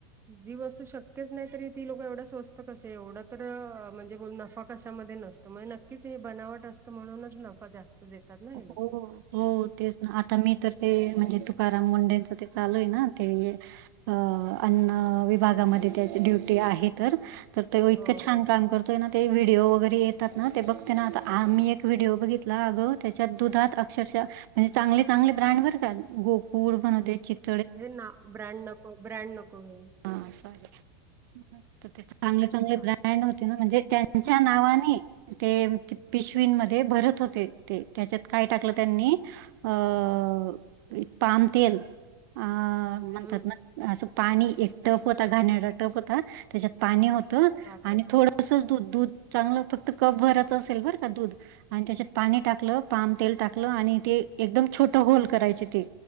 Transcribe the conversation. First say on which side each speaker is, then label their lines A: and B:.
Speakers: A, on the right; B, on the right.
A: जी वस्तू शक्यच नाही तरी ती लोकं एवढं स्वस्त कसे एवढं तर अ म्हणजे बोल नफा कशामध्ये नसतो, म्हणजे नक्कीच हे बनावट असतं म्हणूनच नफा जास्त देतात ना
B: हो.
A: हे लोकं.
B: हो तेच ना आता मी तर ते म्हणजे तुकाराम मुंडेच ते चालू आहे ना ते अ अन्न विभागामध्ये त्याची ड्युटी आहे तर तर तेव इतकं
A: हो
B: छान
A: हो
B: काम करतो. येतोय ना ते व्हिडिओ वगैरे येतात ना ते बघते ना आता आ मी एक व्हिडिओ बघितला अगं त्या च्या दुधात अक्षरशः म्हणजे चांगले चांगले ब्रँड बरं का गोकुळ म्हणू देत चित
A: हे ना ब्रँड नको ब्रँड नको हे
B: हां तर ते चांगले चांगले
A: हा
B: ब्रँड होते ना म्हणजे त्यान त्यांच्या नावानी ते पिशवींमध्ये भरत होते ते त्याच्यात काय टाकलं. त्यांनी अ पाम तेल अं म्हणतात
A: हम्म
B: ना- असं पाणी एक टफ होता घाणेरडा टफ होता त्याच्यात पाणी होतं
A: बापरे
B: आणि थोडं तसंच दूध दूध चांगलं फक्त कप भरचं असेल बरं का दूध आणि त्याच्यात पाणी टाकलं पाम तेल टाकलं आणि ते एकदम छोट होल करायचे ते